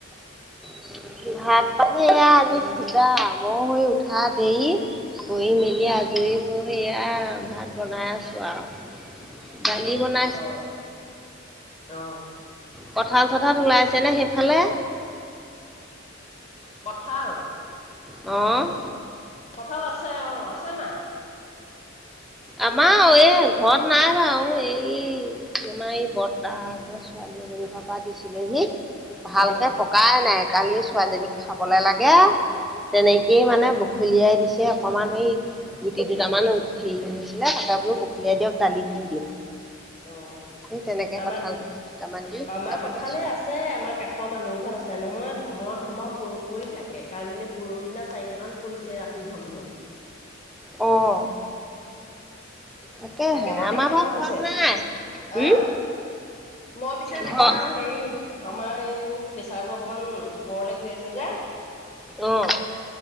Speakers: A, in the centre; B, on the left.
A: <unintelligible> ভাত পানী এয়া আজি শুদা, মই সেই উঠা দেৰি। কৰি মেলি আজৰী মই সেয়া ভাত বনাই আছো আৰু দালি বনাই
B: অ', অ', অ'।
A: কঁঠাল চঠাল ওলাইছেনে সেইফালে?
B: কঁঠাল
A: অ'।
B: কঁঠাল আছে অ', আছে নাই?
A: আমাৰ এই ঘৰত নাই বাৰু, এই তোমাৰ এই বৰ্তা হতৰ ছোৱালী এজনী ঘৰপা দিছিলেহি। ভালকে
B: অ',
A: পকাই নাই, কালি ছোৱালীজনীক খাবলে লাগে, তেনেকেই
B: উম,
A: মানে ব খলিয়াই দিছে, অকণমান সেই গোটি দুটামান হেৰি <unintelligible> চিলে তাকে বোলো বখলিয়াই দিয়ক, দালিত দি দিওঁ।
B: অ',
A: সেই তেনেকে
B: আমাৰ,
A: কঁঠাল গুটি দুটামান দি পিঠা
B: আমাৰ
A: বনাইছো।
B: কঠাল এই আছে, আমাৰ কাষৰ মানুহ ঘৰত আছে। আছে নহয়, ধমহ ধমহ প, পৰি থাকে, কালিনে পৰহি দিনা চাৰিটামান পৰিছে ৰাতি ধম, ধম।
A: অ'। তাকেহে
B: তাকে মই
A: আমাৰ
B: নেখাও
A: বাৰু
B: পিছে,
A: ঘৰত নাই। হুম?
B: আ? মই পিছে নাখাওঁ,
A: ঘৰ
B: হেৰি আমাৰ এই, মোৰ প্ৰেচাৰটো অকমান ওপৰলে গৈ আছে যে,
A: অ',